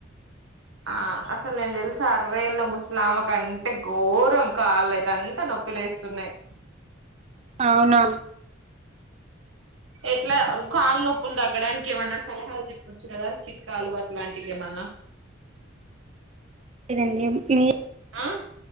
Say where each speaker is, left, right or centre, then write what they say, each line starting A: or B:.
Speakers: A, on the right; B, on the right.
A: ఆ అసలు నేను తెలుసా అరవై ఎన్ల ముస్లామా కంటే ఘోరం కాళ్ళ అయితే అంతా నొప్ప ప్పులేస్తున్నాయి
B: అవునా
A: ఎట్లా వన్ కాళ్లు నొప్పులు తగ్గడానికి ఏమన్నా సలహాలు జెప్పు గదా చిట్కాలు అట్లాంటివి ఏమన్నా
B: నన్నె మో మీర్
A: ఆ